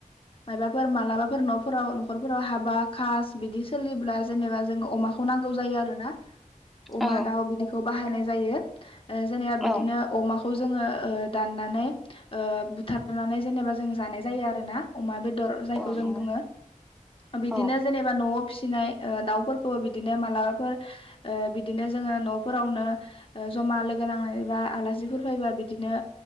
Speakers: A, on the left; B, in the centre.
A: माबाफोर मालाबाफोर नफोराव नखरफोराव हाबा खास बिदि सोलिब्ला जेनेबा जोंङो अमाखौ नांगौ जायो आरो ना। अमा
B: औ
A: दाउ बिदिखौ बाहायनाय जायो। ओ जेनेबा
B: औ
A: बिदिनो अमा खौ जोंङो ओ दाननानै बुथारनानै जेनेबा जोंङो जानाय जायो आरोना अमा बेद दर जायखौ
B: औ
A: जों
B: नंगौ
A: बुंङो बिदिनो
B: औ
A: जेनेबा नआव फिनाय ओ दाउफोरखौ बिदिनो मालाबाफोर। ओ बिदिनो जोंङो न फोरावनो ओ जमा लोगो नांनाय बा आलासिफोर फैबा बिदिनो